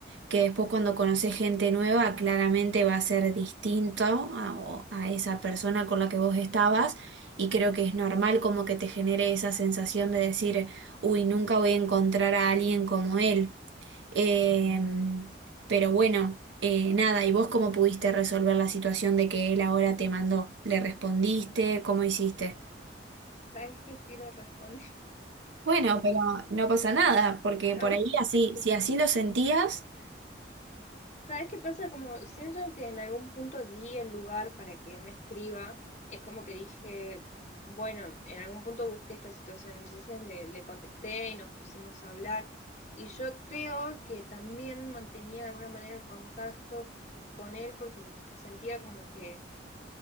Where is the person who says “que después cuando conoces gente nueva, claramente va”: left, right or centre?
Right